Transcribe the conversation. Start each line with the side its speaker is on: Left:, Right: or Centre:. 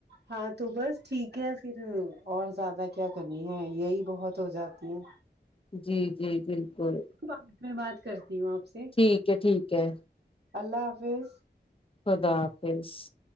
Right: ہاں تو بس ٹھیک ہے پھر اور زیادہ کیا کرنی ہے یہی بہت ہو جاتی ہیں
Left: جی جی بالکل
Right: بات میں بات کرتی ہوں آپ سے
Left: ٹھیک ہے ٹھیک ہے
Right: اللہ حافظ
Left: خدا حافظ